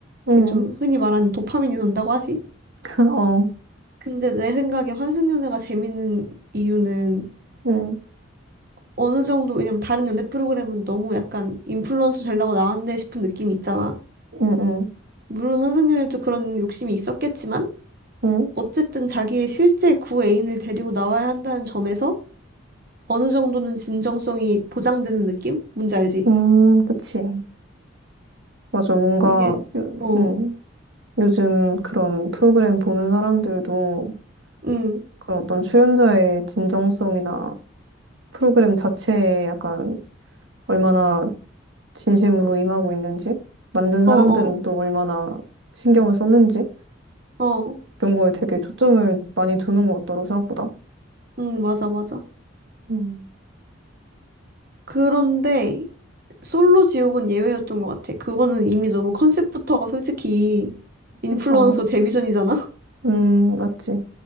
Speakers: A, on the right (about 65°); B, on the right (about 45°).
A: 응,
B: 이게 좀 흔히 말하는 도파민이 돈다고 하지?
A: <laughs> 어,
B: 근데 내 생각에 환승연애가 재밌는 이유는
A: 응,
B: 어느 정도 왜냐면 다른 연애 프로그램은 너무 약간 인플루언서 되려고 나왔네 싶은 느낌이 있잖아.
A: 응, 응,
B: 물론 환승연애도 그런 욕심이 있었겠지만
A: 응,
B: 어쨌든 자기의 실제 구애인을 데리고 나와야 한다는 점에서 어느 정도는 진정성이 보장되는 느낌? 뭔지 알지?
A: 음, 그치. 맞아, 뭔가,
B: 이게
A: 요,
B: 어,
A: 음, 요즘 그런 프로그램 보는 사람들도
B: 응,
A: 그런 어떤 출연자의 진정성이나 프로그램 자체에 약간 얼마나 진심으로 임하고 있는지, 만든
B: 어,
A: 사람들은
B: 어,
A: 또 얼마나 신경을 썼는지,
B: 어.
A: 이런 거에 되게 초점을 많이 두는 것 같더라고, 생각보다.
B: 응, 맞아, 맞아.
A: 음.
B: 그런데 솔로 지옥은 예외였던 것 같아. 그거는 이미 너무 컨셉부터가 솔직히 인플루언서
A: 어,
B: 데뷔전이잖아? <laughs>
A: 음, 맞지.